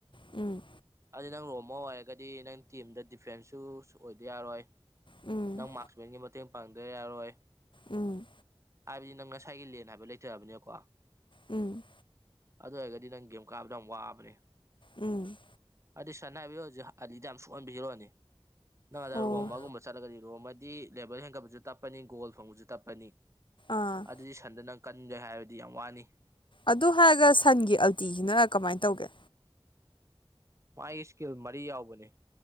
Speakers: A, on the left; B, on the right.
A: ꯎꯝ
B: ꯑꯗꯨ ꯅꯪ ꯔꯣꯝ ꯑꯃ ꯑꯣꯏꯔꯒꯗꯤ ꯅꯪ ꯇꯤꯝꯗ ꯗꯤꯐꯦꯟꯁꯁꯨ ꯑꯣꯏꯗ ꯌꯥꯔꯣꯏ
A: ꯎꯝ
B: ꯅꯪ ꯃꯥꯛꯁꯃꯦꯟꯒꯤ ꯃꯇꯦꯡ ꯄꯥꯡꯗꯕ ꯌꯥꯔꯣꯏ
A: ꯎꯝ
B: ꯍꯥꯏꯕꯗꯤ ꯅꯪ ꯉꯁꯥꯏꯒꯤ ꯂꯦꯟ ꯍꯥꯏꯕ ꯂꯩꯊꯔꯕꯅꯦꯀꯣ
A: ꯎꯝ
B: ꯑꯗꯨ ꯑꯣꯏꯔꯒꯗꯤ ꯅꯪ ꯒꯦꯝ ꯀꯥꯕꯗ ꯌꯥꯝ ꯋꯥꯕꯅꯦ
A: ꯎꯝ
B: ꯑ ꯁꯅ ꯍꯥꯏꯕꯤꯔꯣ ꯍꯧꯖꯤꯛ ꯑꯗꯤꯗꯤ ꯌꯥꯝ ꯁꯣꯛꯍꯟꯕꯤꯔꯛꯑꯣꯅꯦ ꯅꯪꯗ
A: ꯑꯣ
B: ꯔꯣꯝ ꯑꯃꯒꯨꯝꯕ ꯆꯠꯂꯒꯗꯤ ꯔꯣꯝꯃ ꯂꯦꯕꯔ ꯍꯦꯟꯒꯠꯄꯁꯨ ꯇꯞꯄꯅꯤ ꯒꯣꯜ ꯐꯪꯕꯁꯨ ꯇꯞꯄꯅꯤ
A: ꯑꯥ
B: ꯑꯗꯨꯗꯤ ꯁꯟꯗ ꯅꯪ ꯀꯟꯗ꯭ꯔꯦ ꯍꯥꯏꯕꯗꯤ ꯌꯥꯝ ꯋꯥꯅꯤ
A: ꯑꯗꯨ ꯍꯥꯏꯔꯒ ꯁꯟꯒꯤ ꯑꯜꯇꯤꯁꯤꯅ ꯀꯃꯥꯏꯅ ꯇꯧꯒꯦ
B: ꯃꯥꯒꯤ ꯏꯁꯀꯤꯜ ꯃꯔꯤ ꯌꯥꯎꯕꯅꯤ